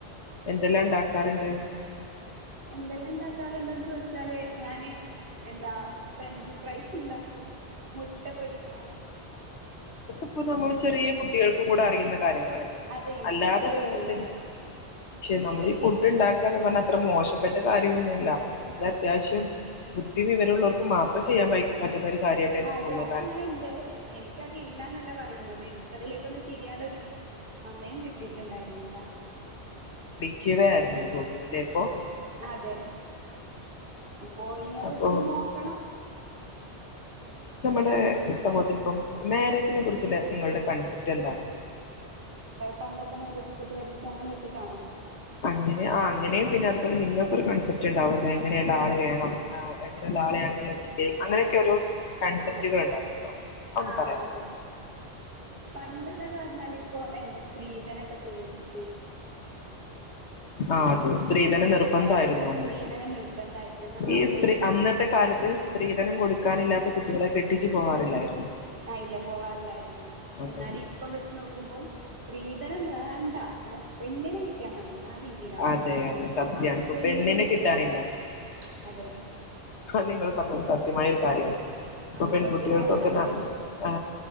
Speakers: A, on the left (about 75°); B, on the right (about 50°).
A: എന്തെല്ലാ ണ്ടാകാറ്ണ്ട്?
B: എന്തെല്ലാം ണ്ടാകാറ്ണ്ട് ന്ന് ചോയിച്ചാല് ഞാന് എന്താ ഫ്രഞ്ച് ഫ്രൈസ് ണ്ട ക്കും മുട്ട പൊരിക്കും
A: പ്പം നമ്മളെ ചെറിയ കുട്ടികള് ക്കും കൂടെ അറിയുന്ന കാര്യങ്ങളല്ലേ.
B: അതെ എനിക്കത്രേ
A: അല്ലാതെ വേറെന്തെങ്കിലും
B: ഉള്ളൂ
A: ക്ഷെ നമ്മള്
B: എനിക്ക്
A: ഈ ഫുഡ്‌ ണ്ടാക്കാന്നർഞ്ഞൽ അത്ര മോശ് ഇപ്പയ്ത്തെ കാര്യവൊന്നുല്ല ഒരത്യാവിശ്യം ബുദ്ധി വിവരം ള്ളോർക്ക് മാത്രം ചെയ്യാൻ പൈ പറ്റുന്ന ഒരു കാര്യായിട്ടാ എനിക്ക്
B: അതെ
A: തോന്നുന്നേ
B: അതങ്ങനെ ഇണ്ട് എനിക്കതില്ലാനല്ല പറയുന്നത് എനിക്കതിലേക്കൊന്ന് തിരിയാനുള്ള ഒ രു സമയം കിട്ടിയിട്ടുണ്ടായിരുന്നില്ല
A: ക്കുവാരുന്നുന്ന് തോന്നുല്ലേ ഇപ്പൊ
B: അതെ അപ്പോ ഇനി അതൊക്കെ
A: അപ്പൊ
B: ഒന്ന് നോക്കണം
A: ഇപ്പ സമൂഹത്തിലിപ്പം മാര്യേജിനെ കുറിച്ചുള്ള നിങ്ങളുടെ കൺസെപ്റ്റ് എന്താണ്
B: പണ്ടത്തെ ത്തെ മാര്യേജ് ഇപ്പഴത്തെ മാര്യേജ് അങ്ങനെ വെച്ചിട്ടാണോ?
A: അങ്ങനെ ആ അങ്ങനെയും പിന്നെ അത് അത്പോലെ നിങ്ങൾക്ക് ഒരു കോൺസെപ്റ്റ് ഉണ്ടാകുമല്ലോ എങ്ങനെ ഉള്ള ആള് വേണം എങ്ങനെ ഉള്ള ആളെയാണ് നിങ്ങൾ സ്വീകരിക്കു അങ്ങനെക്കെ ഒരു കോൺസെപ്റ്റുകൾ
B: ആഹ്
A: ഉണ്ടാകുമല്ലോ അതൊന്ന്
B: ആഹ്
A: പറയാമോ
B: അതെ പണ്ട് ഇതേ <unintelligible> ഇപ്പൊ എന്താ സ്ത്രീധനം ഒക്കെ ചോദി <unintelligible>
A: ആ
B: ഏഹ്
A: അതെ സ്ത്രീധനം നിർബന്ധമായിരുന്നു
B: കൊ
A: അന്ന്.
B: സ്ത്രീധനം നിർബന്ധമായിരുന്നു എന്നാ മാത്രേ
A: ഇ സ്ത്രീ അന്നത്തെ
B: ആഹ്
A: കാലത്ത് സ്ത്രീധനം കൊടുക്കാനില്ലാത്ത കുട്ടികളെ കെട്ടിച്ച് പോകാറില്ലായിരുന്നു.
B: ആഇല്ല പോകാറില്ലായിരുന്നു.
A: അതെ
B: എന്നാലിപ്പം വെച്ച് നോക്കുമ്പം സ്ത്രീധനം വേണ്ട. എ പെണ്ണിനെ കിട്ടിയാ മതി. ആ രീതിയിലാണ്
A: അതെ അതെ
B: കാരണം
A: സത്യാണ്.
B: ആർക്കും
A: ഇപ്പം പെണ്ണിനെ
B: കിട്ടുന്നില്ല
A: കിട്ടാനില്ല.
B: അതെ
A: നിങ്ങൾ പറഞ്ഞത് സത്യമായ ഒരു കാര്യമാണ്. ഇപ്പം
B: അതെ
A: പെൺകുട്ടികൾക്ക്
B: സത്യമായ ഒരു
A: ഒക്കെ
B: കാര്യം
A: നാ
B: തന്നെ
A: ആ